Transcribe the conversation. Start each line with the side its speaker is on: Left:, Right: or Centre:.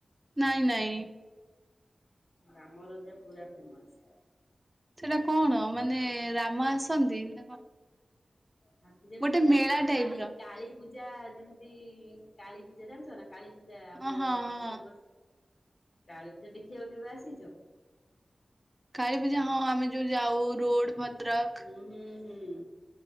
Right: ନାଇଁ ନାଇଁ
Left: ରାମ ରଜା ପୁରା ଫେମସ।
Right: ସେଟା କଣ ମାନେ ରାମ ଆସନ୍ତି ନା କଣ।
Left: ଠାକୁ ଯେମିତି
Right: ଗୋଟେ ମେଳା
Left: ଆମର
Right: ଟାଇପ
Left: କାଳି
Right: ର
Left: କାଳି। ପୂଜା ଯେମିତି କାଳୀ ପୂଜା ଜାଣିଚ ନା। କାଳୀପୂଜା ଆମର
Right: ହଁ ହଁ
Left: ଏଇପଟେ
Right: ହଁ।
Left: ଫେମସ୍। କାଳୀ ପୂଜା ଦେଖିବାକୁ କେବେ ଆସିଚ।
Right: କାଳୀପୂଜା ହଁ ଆମେ ଯୋଉ ଯାଉ ରୋଡ ଭଦ୍ରକ।
Left: ହୁଁ ହୁଁ ହୁଁ ସେଇ